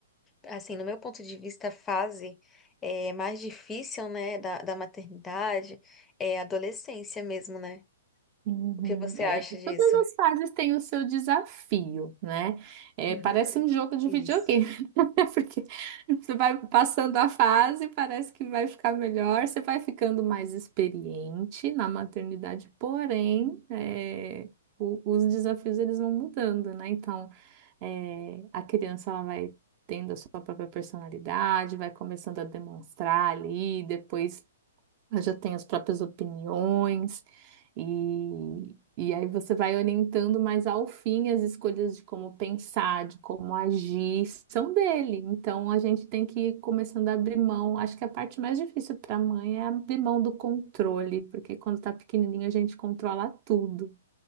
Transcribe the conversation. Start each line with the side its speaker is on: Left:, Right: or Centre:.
Left: assim, no meu ponto de vista, a fase é mais difícil, né, da, da maternidade é a adolescência mesmo, né?
Right: Uhum.
Left: O que você
Right: É,
Left: acha disso?
Right: todas as fases têm o seu desafio, né? É,
Left: Uhum,
Right: parece um jogo de
Left: isso.
Right: videogame, <laughs> porque você vai passando a fase, parece que vai ficar melhor, você vai ficando mais experiente na maternidade, porém, é, o- os desafios eles vão mudando, né? Então, é, a criança ela vai tendo a sua própria personalidade, vai começando a demonstrar ali, depois. Ela já tem as próprias opiniões, e, e aí você vai orientando, mas ao fim as escolhas de como pensar, de como agir, são dele. Então a gente tem que ir começando a abrir mão. Acho que a parte mais difícil para a mãe é abrir mão do controle, porque quando está pequenininho a gente controla tudo,